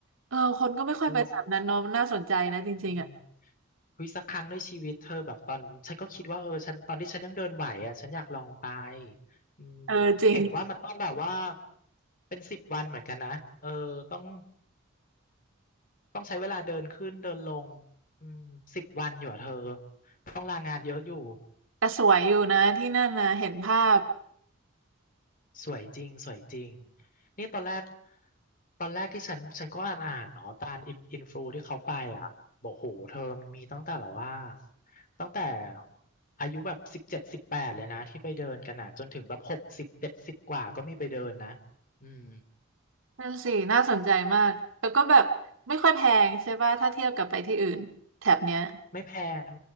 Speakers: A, on the right; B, on the left.
A: เออคนก็ไม่ค่อยไปแถบนั้นเนาะน่าสนใจนะจริงๆอ่ะ
B: โอ้อืม วิสักครั้งในชีวิตเธอแบบตอนฉันก็คิดว่าเออฉันตอนที่ฉันยังเดินไหวอ่ะฉันอยากลองไปอืม
A: เออจริง
B: เห็นว่ามันต้องแบบว่าเป็นสิบวันเหมือนกันนะเออต้องต้องใช้เวลาเดินขึ้นเดินลงอืมสิบวันอยู่อะเธอต้องลางานเยอะอยู่
A: แต่สวยอยู่นะที่นั่นนะเห็นภาพ
B: สวยจริงสวยจริงนี่ตอนแรกตอนแรกที่ฉันฉันก็อ่านอ่านเนาะตามอินอินฟลูที่เขาไปอ่ะบอกโหเธอมันมีตั้งแต่แบบว่าตั้งแต่อายุแบบสิบเจ็ดสิบแปดเลยนะที่ไปเดินกันอ่ะจนถึงแบบหกสิบเจ็ดสิบกว่าก็มีไปเดินนะอืม
A: นั่นสิน่าสนใจมากแล้วก็แบบไม่ค่อยแพงใช่ป่ะถ้าเทียบกับไปที่อื่นแถบเนี้ย
B: ไม่แพง